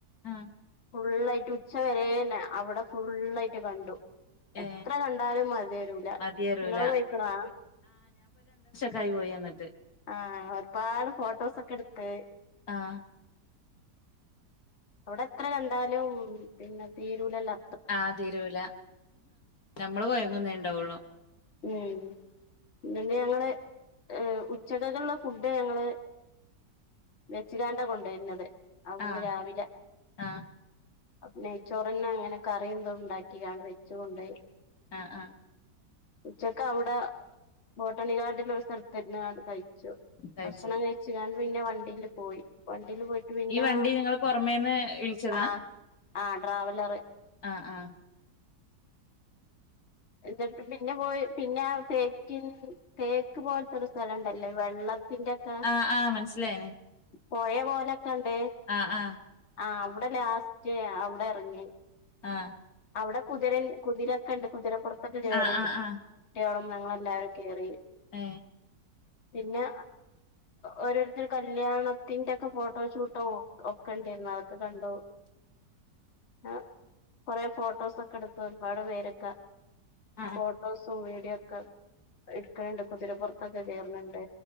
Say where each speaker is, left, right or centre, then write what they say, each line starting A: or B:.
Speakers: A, on the left; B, on the left.
A: ആഹ്
B: ഫുള്ളായ്ട്ട് ഉച്ച വരെന്നെ അവ്ടെ ഫുള്ളായിട്ട് കണ്ടു എത്ര
A: ഏ
B: കണ്ടാലും മതി വെരൂല
A: മതിയരൂല
B: ഇങ്ങള് പോയ്ക്ക്‌ണാ
A: കൈ പോയി എന്നിട്ട്
B: ആഹ് ഒര് പാട് ഫോട്ടോസൊക്കെ ട്ത്ത്
A: ആഹ്
B: ഇവടെ എത്ര കണ്ടാലും പിന്നെ തീരുലല്ലോ
A: ആഹ് തീരൂല ഞമ്മള് കൊയ്ങ്ങുന്നേ ണ്ടാവുള്ളു.
B: ഉം പിന്ന ഞങ്ങള് ഏ ഉച്ചക്കെക്ക്‌ള്ള ഫുഡ് ഞങ്ങള് വെച്ച്കാണ്ടാ കൊണ്ടേയ്ര്ന്നത് അവ്ട്ന്ന്
A: ആ
B: രാവിലെ
A: ആ
B: നെയ്‌ചൊറെന്നെ അങ്ങനെ കറിതും ണ്ടാക്കിക്കാണ്ട് വെച്ച് കൊണ്ടോയി.
A: ആഹ് ആഹ്
B: ഉച്ചക്ക് അവ്ടെ ബോട്ടാണി ഗാർഡിലോര് സ്ഥലത്ത്ര്ന്ന് കാണ്ട് കഴിച്ചു.
A: കഴിച്ചു
B: ഭക്ഷണം കഴി ഞാൻ പിന്നെ വണ്ടില് പോയി വണ്ടില് പോയിട്ട് പിന്നെ
A: ഈ വണ്ടി നിങ്ങള് പൊറമേന്ന് വിളിച്ചതാ
B: ആഹ് ആഹ് ട്രാവലറ്
A: ആഹ് ആഹ്
B: എന്നിട്ട് പിന്നെ പോയി പിന്നെ തേക്കി തേക്ക് പോലത്തോര് സ്ഥലംണ്ടല്ലോ വെള്ള ത്ത്‌ ന്റെക്കെ
A: ആഹ് ആഹ് മനസ്സിലായിന്
B: പോഴ പോലൊക്കെണ്ട്
A: ആഹ് ആഹ്
B: ആഹ് അവ്ടെ ലാസ്റ്റ് അവ്ടെ എറ്ങ്ങി
A: ആഹ്
B: അവ്ടെ കുതിരൻ കുതിരൊക്കെ ണ്ട് കുതിരപ്പോറ്ത്തൊക്കെ കേറി.
A: ആഹ് ആഹ് ആഹ്
B: ട്ടികളും ഞങ്ങളെല്ലാരും കേറി
A: ഏ
B: പിന്നെ ഓരോര്ത്തര് കല്യാണത്തിന്റെക്കെ ഫോട്ടോഷൂട്ടോ ഒക്കെ ണ്ടേര്ന്നു അതൊക്കെ കണ്ടു.
A: <inaudible>
B: ആഹ് കൊറേ ഫോട്ടോസൊക്കെ ടുത്തു ഒരുപാട് പേരൊക്കെ
A: ആഹ്
B: ഫോട്ടോസും വീഡിയോ ക്കെ എട്ക്ണ് ണ്ട് കുതിരപ്പോറ്ത്തൊക്കെ കേറ്ണ്ണ്ട്